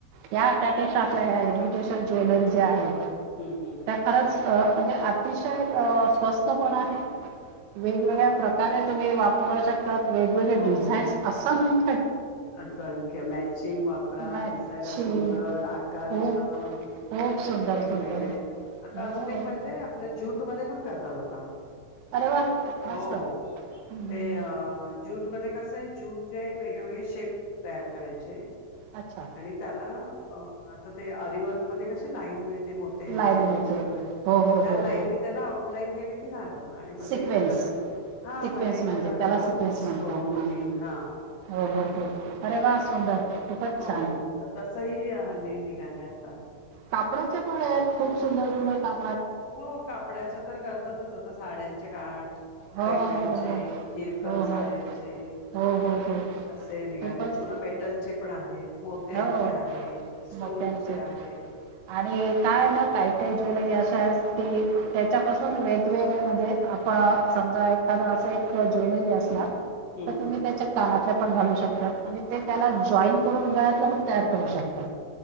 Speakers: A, on the right (about 85°); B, on the left (about 65°).
A: या त्यापेक्षा आपल्या ह्या इमिटेशन ज्वेलरी जे आहेत
B: हम्म हम्म
A: त्या खरंच अ म्हणजे अतिशय स्वस्त पण आहे वेगवेगळ्या प्रकारे तुम्ही वापरू शकताात वेगवेगळे
B: हो
A: डिझान्स असंत
B: असंख्य मॅचिंग वापरा
A: मच्छी
B: दिसायला सुंदर आकार
A: खूप
B: छान
A: खूप सुंदर
B: वेगवेगळे
A: सुंदर
B: आता
A: हो
B: अजून एक माहिितय आप ज्यूट्यूब मध्ये पण करतात आता
A: अरे वा मस्त
B: हो
A: हम्म.
B: ते अ ज्यूट मध्ये कस आहे ज्यूटचे वेगळेवेेगळे शेप तयार करायचे
A: अच्छा
B: आणि त्याला आता ते अरवर्क मध्ये क ल लाईन मिळेल मोती
A: लाईन
B: मन्यांची
A: मिळते
B: वैगरे
A: हो हो
B: त्या
A: हो
B: लाईन
A: हो
B: त्याला आऊट लाईन केले की झाल आणि मध्ये
A: सिक्वेन्स
B: एखाद हा
A: सिक्वेन्स
B: मध्ये एखाद
A: म्हणजे त्याला
B: हा
A: सिक्वेन्स म्हणतात
B: स्टोन
A: हां
B: बिन हा
A: हो हो हो अरे वा सुंदर खूपच
B: हो
A: छान
B: तर तसही हल्ली निघाले आता
A: कापडाचे पण आहेत खूप सुंदर सुंदर काम
B: हो कापडाच्या तर करतातच आता साड्यांच्या च्या काठ
A: हो
B: पैठणीचे,
A: हो
B: इरकल
A: हो हो हो
B: साड्यांचे
A: हो हो हो
B: असे निघालेत
A: खूपच
B: पुन्हा मेटलचे पण आहेत मोत्यांचे
A: हो
B: आहेत स्टोनचे
A: मोत्यांचे
B: आहेत
A: आणि काय ना काही काही ज्वेलरी अशा आहे की त्याच्यापासून वेगवेगळे म्हणजे आपण समजा एखादां असं एक ज्वेलरी असणार
B: हम्म
A: तर तुम्ही
B: हम्म
A: त्याच्या कामात ण घालू शकतात आणि ते त्याला जॉईन करून गळत आपण तयार करू शकत